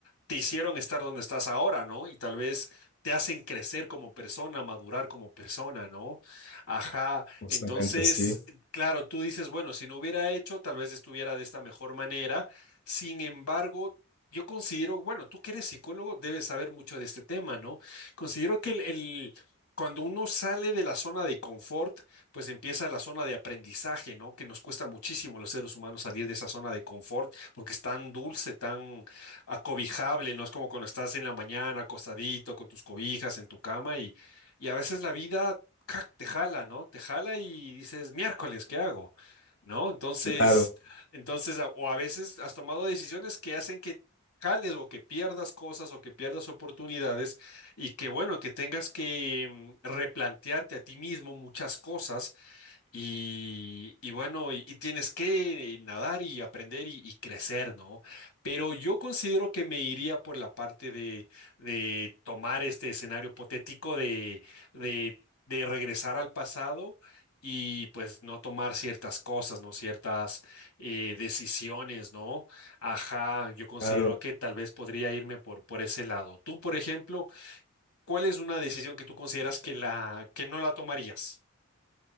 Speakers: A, on the left; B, on the left.
A: te hicieron estar donde estás ahora, ¿no? Y tal vez te hacen crecer como persona, madurar como persona, ¿no? Ajá.
B: Justamente,
A: Entonces,
B: sí,
A: claro, tú dices, bueno, si no hubiera hecho, tal vez estuviera de esta mejor manera. Sin embargo, yo considero, bueno, tú que eres psicólogo, debes saber mucho de este tema, ¿no? Considero que el, el- Cuando uno sale de la zona de confort, pues empieza la zona de aprendizaje, ¿no? Que nos cuesta muchísimo los seres humanos salir de esa zona de confort porque es tan dulce, tan, acobijable, no es como cuando estás en la mañana acostadito con tus cobijas en tu cama y, y a veces la vida ¡cac! te jala, ¿no? Te jala y dices, miércoles, ¿qué hago? ¿No? Entonces,
B: claro,
A: entonces, a- o a veces has tomado decisiones que hacen que jales o que pierdas cosas o que pierdas oportunidades y que bueno, que tengas que mm, replantearte a ti mismo muchas cosas y, y bueno, y, y tienes que nadar y aprender y, y crecer, ¿no? Pero yo considero que me iría por la parte de, de tomar este escenario hipotético de, de, de regresar al pasado y pues no tomar ciertas cosas, ¿no? Ciertas eh, decisiones, ¿no? Ajá, yo considero
B: claro.
A: que tal vez podría irme por, por ese lado. Tú, por ejemplo, ¿cuál es una decisión que tú consideras que la, que no la tomarías?